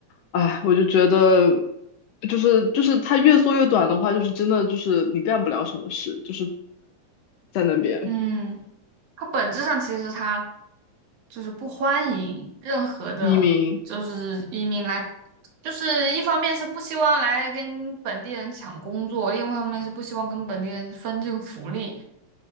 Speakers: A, on the left; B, on the right.
A: 哎，我就觉得。就是就是它越缩越短的话，就是真的就是你干不了什么事，就是在那边。
B: 嗯，它本质上其实它就是不欢迎任何的，
A: 移民，
B: 就是移民来，就是一方面是不希望来跟本地人抢工作，另外一方面是不希望跟本地人分这个福利，